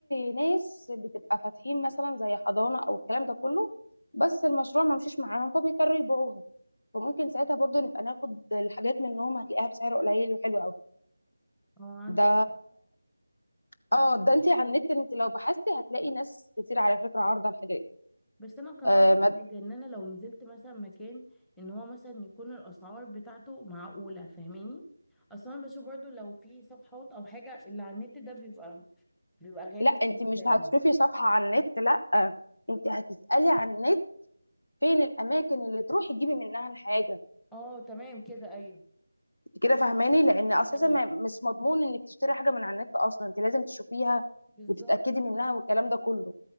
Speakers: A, on the left (about 75°); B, in the centre.
A: ناس بتبقى فاتحين مثلا زي حضانة او الكلام ده كله بس المشروع ما مشيش معاهم فبيضطروا يبيعوها فممكن ساعتها برضه نبقى ناخد الحاجات منهم هتلاقيها بسعر قليل وحلو قوي
B: اه عندك
A: ده اه ده انت على النت انت لو بحثتي هتلاقي ناس كتير على فكره عارضه الحاجات
B: بس انا كان
A: آه
B: قصدي
A: ما...
B: حاجه ان انا لو نزلت مثلا مكان ان هو مثلا يكون الاسعار بتاعته معقوله فاهماني اصلا انا بشوف برضو لو في صفحات او حاجه اللي على النت ده بيبقى بيبقى غالي
A: لا انت
B: شويه
A: مش
B: يعني
A: هتشوفي صفحه على النت لا انت هتسالي على النت فين الاماكن اللي تروحي تجيبي منها الحاجه
B: اه تمام كده ايوه
A: انت كده فاهماني لان اساسا
B: اه
A: ما... مش مضمون انك تشتري حاجه من على النت اصلا انت لازم تشوفيها
B: بالظبط
A: وتتاكدي منها والكلام ده كله